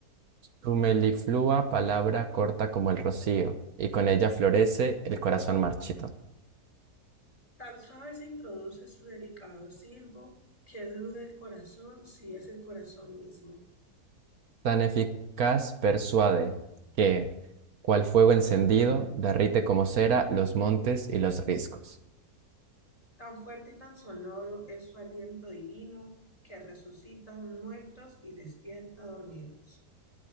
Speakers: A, on the right; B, on the left.
A: Sumeliflua, palabra corta como el rocío, y con ella florece el corazón marchito.
B: Tan suave se introduce su delicado silbo que duda el corazón si es el corazón mismo.
A: Tan eficaz persuade que, cual fuego encendido, derrite como cera los montes y los riscos.
B: Tan fuerte y tan sonoro es su aliento divino que resucita muertos y despierta dormidos.